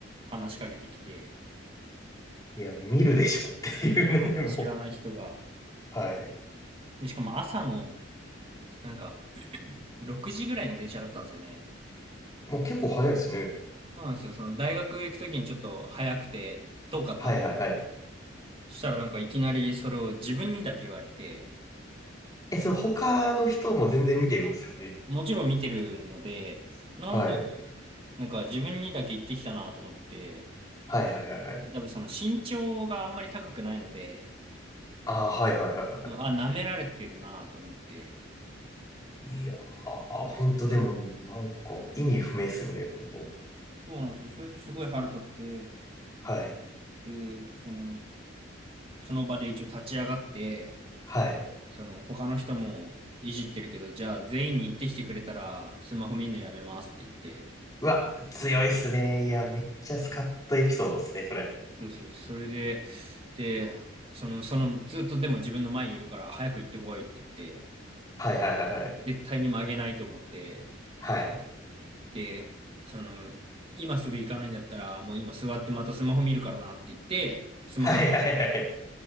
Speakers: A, on the right; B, on the left.
A: 話しかけてきて、
B: いや、見るでしょっていうね、
A: あの知らない人が、
B: <laughs> もう。はい。
A: で、しかも朝の、なんか、6時ぐらいの電車だったんですよね。
B: もう結構早いですね。
A: そうなんですよ。その大学行くときにちょっと早くて遠かったので。
B: はいはいはい。
A: そしたらなんかいきなりそれを自分にだけ言われて、
B: え、それ他の人も全然見てるんですよね。
A: もちろん見てるので、なんで、
B: はい。
A: なんか自分にだけ言ってきたなと思って、
B: はいはいはいはい。
A: 多分その身長があんまり高くないので、
B: ああ、はいはいはいは
A: あ、舐められてるなと思って、
B: い。いや、ああ、本当でも、
A: そこで、
B: なんか、意味不明っすよね、本当。
A: そうなんですよ。それですごい腹立って、
B: はい。
A: で、その、その場で一応立ち上がって、
B: はい。
A: その、他の人もいじってるけど、じゃあ全員に言ってきてくれたら、スマホ見るのやめますって言って、
B: うわ、強いっすね。いや、めっちゃスカッとエピソードっすね、それ。
A: そうそう、それで、で、その、その、ずっとでも自分の前にいるから、早く行ってこいって言って、
B: はいはいはいはい。
A: 絶対に曲げないと思って、
B: はい。
A: で、その、今すぐ行かないんだったら、もう今座ってまたスマホ見るからなって言って、スマホ見ました。
B: はいはいはい。